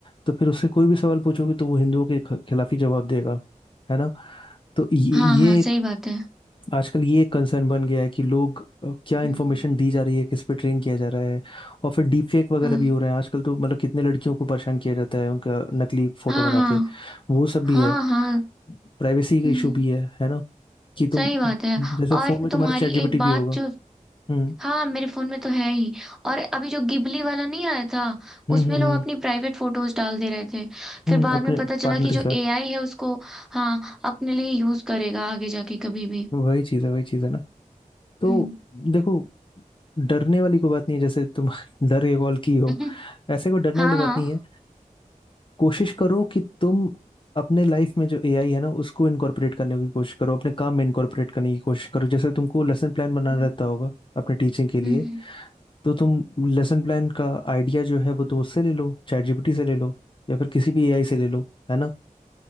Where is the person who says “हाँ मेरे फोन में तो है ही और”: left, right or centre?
Centre